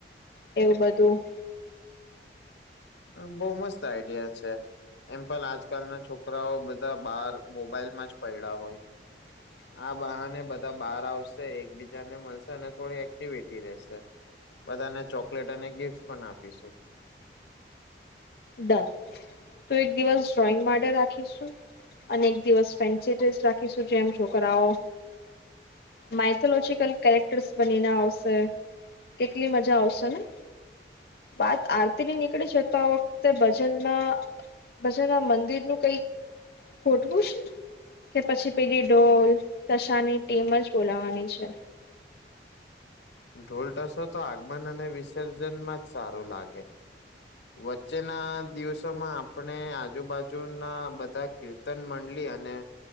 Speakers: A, on the left; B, on the left.
A: એવું બધું.
B: આ બો મસ્ત આઈડિયા છે. એમ પણ આજકાલના છોકરાઓ બધા બહાર મોબાઈલમાં જ પઇડા હોય.
A: <inaudible>
B: આ બહાને બધા બહાર આવશે, એકબીજાને મળશે અને થોડી એક્ટિવિટી રહેશે. બધાને ચોકલેટો અને ગિફ્ટ પણ આપીશું.
A: ડન તો એક દિવસ ડ્રોઈંગ માટે રાખીશું અને એક દિવસ ફેન્સી ડ્રેસ રાખીશું જેમ છોકરાઓ માઇથોલોજીકલ કેરેક્ટર્સ બનીને આવશે. કેટલી મજા આવશે ને વાત આરતી નીકળી શકતા હો તે ભજનમાં ભજનમાં મંદિર નું કઈક ગોઠવું છે. કે પછી પેલી ઢોલ તશાની ટીમ જ બોલાવાની છે.
B: ઢોલ ટસો તો આગમન અને વિસર્જનમાં જ સારું લાગે. વચ્ચેના દિવસોમાં આપણે આજુબાજુના બધા કીર્તન મંડલી અને